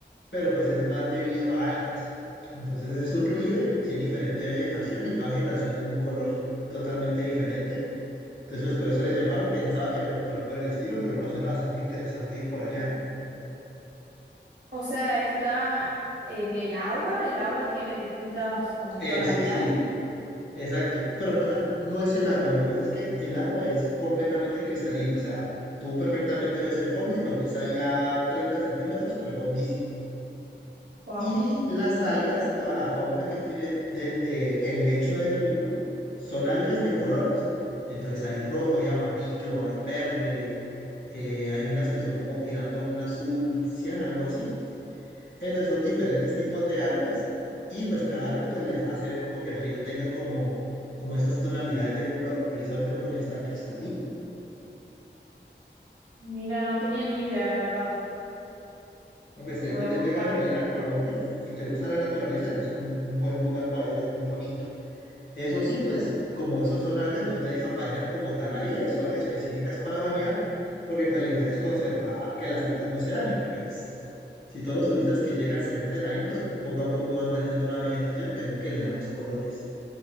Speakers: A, on the left; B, on the right.
A: pero pues es más debido a algas. Entonces es un río y tiene diferente vegetación y cada vegetación es de un color totalmente diferente. Entonces pues por eso le llamaron, pensaba que era algo por ahí por el estilo, pero no, suena bastante interesante ir por allá.
B: O sea, está en el agua, el agua tiene distintas como
A: Eso
B: tonalidades.
A: sí. Exacto, pero no, o sea, no es el agua, lo que pasa es que el agua es completamente cristalino, o sea, tú perfectamente ves el fondo y lo ves ahí a 30 centímetros, pero es hondísimo.
B: Wow.
A: Y las algas, toda la fauna que tiene de- de- el lecho del río, son algas de colores. Entonces hay rojo, hay amarillo, hay verde, eh, hay unas que son como tirando a un azul cian, algo así. Entonces son diferentes tipos de algas y pues cada alga pues le hace ver como que el río tenga como, como esas tonalidades de color, precisamente por lo que es tan cristalino.
B: Mira, no tenía ni idea, la verdad.
A: No, pues si
B: Lo
A: algún
B: voy a
A: día
B: buscar
A: llegas a
B: después.
A: venir a Colombia y te gusta la naturaleza, ya es un, un buen lugar para ir, es muy bonito. Eso sí, pues como esos son algas, no te dejan bañar como tal ahí, hay zonas específicas para bañar, porque pues la idea es conservar que las algas no se dañen, porque pues si todos los turistas que llegan se meten ahí, pues poco a poco van dañando la vegetación, que es lo que le dan los colores.